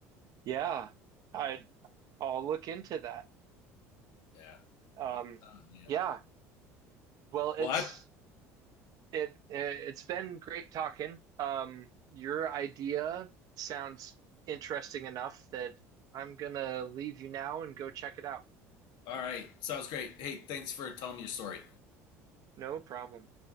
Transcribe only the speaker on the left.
Yeah.
Oh, man.
Well, I
All right. Sounds great. Hey, thanks for telling me your story.